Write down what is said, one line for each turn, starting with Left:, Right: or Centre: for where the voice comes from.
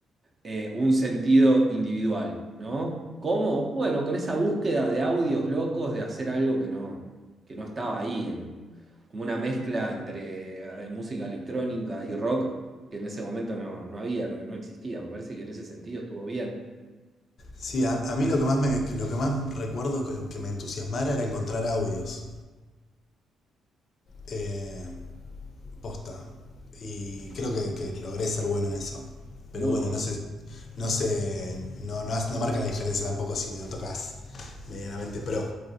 Right: eh, un sentido individual, ¿no? ¿Cómo? Bueno, con esa búsqueda de audios locos, de hacer algo que no, que no estaba ahí, en, como una mezcla entre eh, música electrónica y rock, que en ese momento no, no había, no, no existía. Me parece que en ese sentido estuvo bien.
Left: Sí, a, a mí lo que más me, lo que más recuerdo que, que me entusiasmara era encontrar audios. eh, posta. Y creo que, que logré ser bueno en eso.
Right: Muy
Left: Pero bueno,
Right: bueno.
Left: no sé, no sé, no, no, has- no marca la diferencia tampoco si no tocas medianamente pro.